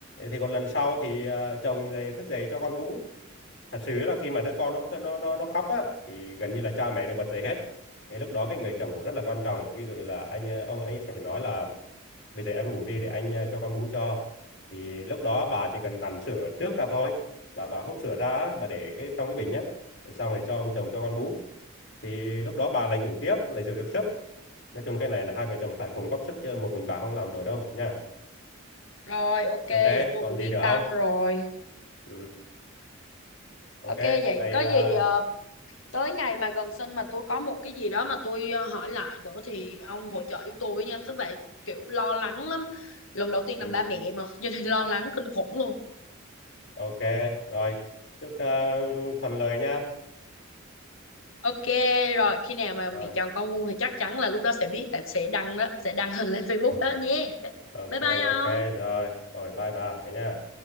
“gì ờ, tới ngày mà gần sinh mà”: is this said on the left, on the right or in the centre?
Left